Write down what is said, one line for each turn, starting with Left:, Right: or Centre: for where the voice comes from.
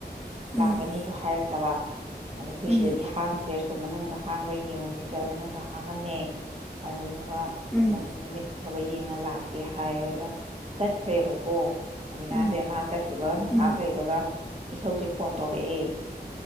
Centre: ꯎꯝ
Right: ꯂꯥꯛꯀꯅꯤꯁꯨ ꯍꯥꯏꯔꯛꯇꯕ ꯑꯗꯣ ꯑꯩꯈꯣꯏ
Centre: ꯎꯝ
Right: ꯁꯤꯗꯗꯤ ꯍꯥꯡꯗ꯭ꯔꯦ ꯁꯣꯝ ꯃꯅꯨꯡꯗ ꯍꯥꯡꯕꯔꯥ ꯌꯦꯡꯉꯨꯁꯦ ꯆꯠ ꯃꯅꯨꯡꯗ ꯍꯥꯡꯉꯝꯃꯦ ꯑꯗꯨ ꯃꯥ
Centre: ꯎꯝ
Right: ꯃꯣꯏ ꯅꯨꯃꯤꯠ ꯑꯐꯕ ꯌꯦꯡꯉ ꯂꯥꯛꯀꯦ ꯍꯥꯏꯔꯒ ꯆꯠꯈ꯭ꯔꯦꯕꯀꯣ ꯑꯕꯤꯅꯥꯁꯦ
Centre: ꯎꯝ
Right: ꯃꯥ ꯆꯠꯈꯤꯕꯒ ꯉꯥꯏꯍꯥꯛ
Centre: ꯎꯝ
Right: ꯂꯩꯕꯒ ꯏꯁꯧꯁꯦ ꯐꯣꯟ ꯇꯧꯔꯛꯑꯦ